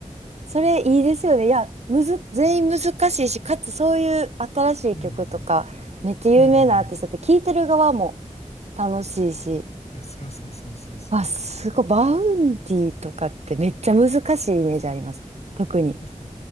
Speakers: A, on the right; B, on the left.
A: それいいですよね。いや、むず、全員難しいし、かつそういう新しい曲とか、
B: うん
A: めっちゃ有名なアーティストって聴いてる側も
B: うん。うんうん。
A: 楽しいし、
B: いや、そうそうそうそうそう。
A: あ、すごい。
B: え
A: バウンディとかってめっちゃ難しいイメージあります。特に。
B: えそう